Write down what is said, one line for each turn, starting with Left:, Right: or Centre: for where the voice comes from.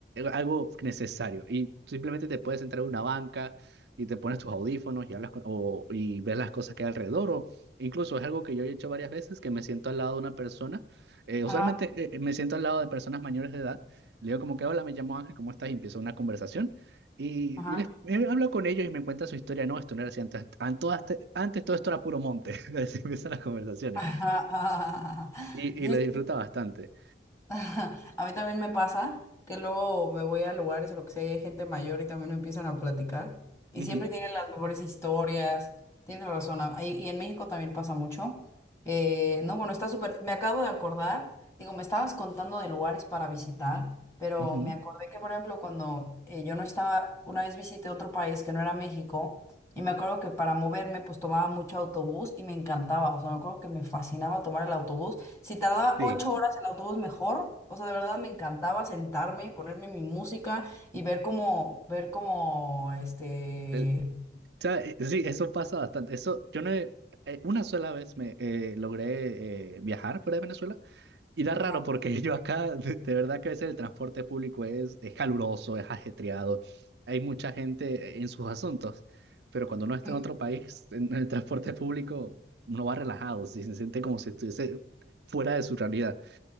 Right: algo necesario. Y simplemente te puedes entrar a una banca y te pones tus audífonos y hablas con, o, y ves las cosas que hay alrededor. O incluso es algo que yo he hecho varias veces, que me siento al lado de una persona. eh, usualmente
Left: Ajá,
Right: eh, eh, me siento al lado de personas mayores de edad. Le digo como que, hola, me llamo Ángel, ¿cómo estás? Y empiezo una conversación. Y
Left: ajá.
Right: les, he hablado con ellos y me cuentan su historia. No, esto no era así antes. an- todo hasta- Antes todo esto era puro monte. <laughs> Así empiezan las conversaciones.
Left: <laughs> ajá, ajá,
Right: Y,
Left: Sí,
Right: y lo disfruta bastante.
Left: <laughs> A mí también me pasa que luego me voy a lugares o lo que sea, y hay gente mayor y también me empiezan a platicar. Y
Right: Ujú,
Left: siempre tienen las mejores historias. Tienes razón. a- Y y en México también pasa mucho. Eh, no, bueno, está súper. Me acabo de acordar. Digo, me estabas contando de lugares para visitar, pero
Right: ujú,
Left: me acordé que, por ejemplo, cuando eh, yo no estaba, una vez visité otro país que no era México, y me acuerdo que para moverme, pues tomaba mucho autobús y me encantaba. O sea, me acuerdo que me fascinaba tomar el autobús. Si tardaba
Right: Sí.
Left: ocho horas el autobús, mejor. O sea, de verdad me encantaba sentarme, ponerme mi música y ver cómo, ver cómo, este...
Right: El- o sea, eh, sí, eso pasa bastante. Eso, yo no he- eh, una sola vez me eh, logré eh, viajar fuera de Venezuela Y da raro
Left: Ajá.
Right: porque yo acá, de, de verdad que a veces el transporte público es, es caluroso, es ajetreado, hay mucha gente en sus asuntos, pero cuando uno
Left: ujú,
Right: está en otro país, en el transporte público, uno va relajado, sí, se siente como si estuviese fuera de su realidad.